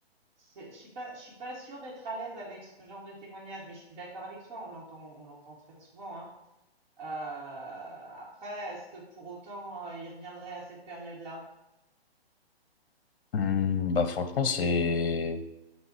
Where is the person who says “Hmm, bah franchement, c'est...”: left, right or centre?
Left